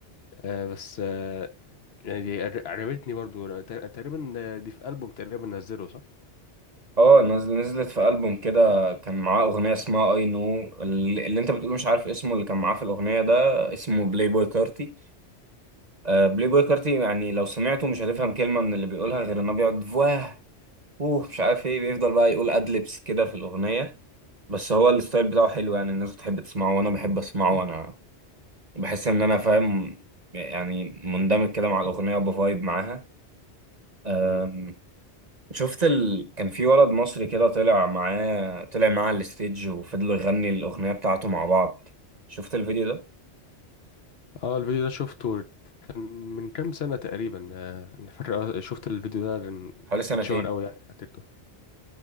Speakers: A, on the left; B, on the right.
A: أه بس أه يعني دي عجبتني برضو أنا تق- تقريبا آه، دي في ألبوم تقريبا نزله صح؟
B: اه نزل نزلت في البوم كده كان معاه اغنيه اسمها اي نو اللي اللي انت بتقول مش عارف اسمه اللي كان معاه في الاغنيه ده اسمه بلاي بوي كارتي آه بلاي بوي كارتي يعني لو سمعته مش هتفهم كلمه من اللي بيقولها غير انه بيقعد فواه اوه مش عارف ايه بيفضل بقى يقول ادلبس كده في الاغنيه بس هو الستايل بتاعه حلو يعني الناس بتحب تسمعه وانا بحب اسمعه وانا بحس ان انا فاهم يعني مندمج كده مع الاغنيه وبفايب معاها أم،
A: مم.
B: شفت ال... كان في ولد مصري كده طلع معاه طلع معاه على الستيج وفضلوا يغني الاغنيه بتاعته مع بعض شفت الفيديو ده
A: اه الفيديو ده شفته كان من كام سنة تقريبا آه، انا فاكر آه، شفت الفيديو ده لأن
B: حوالي سنتين
A: اتشهر قوي يعني على تيك توك